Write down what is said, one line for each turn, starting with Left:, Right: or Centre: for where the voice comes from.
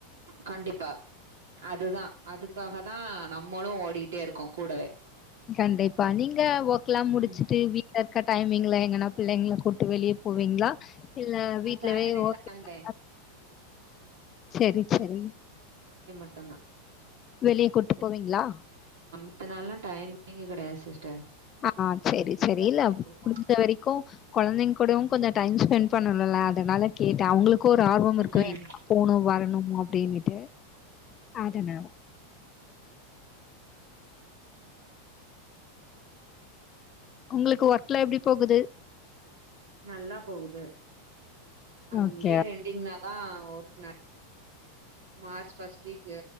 Right: கண்டிப்பா அதுதான் அது அதுக்காக தான் நம்மளும் ஓடிட்டே இருக்கோம் கூடவே
Left: கண்டிப்பா நீங்க நீங்க ஒர்க் எல்லாம்
Right: ம்
Left: முடிச்சுட்டு வீட்ட இருக்க டைமிங்ல எங்கனா பிள்ளைங்கள கூட்டு வெளியே போவீங்களா இல்ல வீட்டுல
Right: ஆ சாட்டர்டே
Left: ஒர்க்
Right: சண்டே
Left: சே ரி சேரி
Right: ட்டும்தா
Left: வெளியே கூட்டு போவீங்களா
Right: மத்த நாளல்லா டைமே <unintelligible> கெடையாது சிஸ்டர்
Left: ஆஹ் செரி
Right: எங்க
Left: செரி இல்ல
Right: டைம் இருக்கு
Left: முடிஞ்ச வரைக்கு கொழந்தைங்க கூடயு கொஞ்ச டைம் ஸ்பெண்ட் பண்ணணுல்ல அதனால கேட்டே அவங்களு க்கு ஒரு ஆர்வம்
Right: ம்
Left: இருக்கும்
Right: ம்
Left: எங்கயாது போகணு வரணு அப்டின்னு ட்டு அதனா உங்களுக்கு ஒர்க்லா எப்டி போகுது
Right: நல்லா போகுது அது
Left: ஓகே.
Right: இயர் என்டிங்னா தா ஒர்க் ந March first week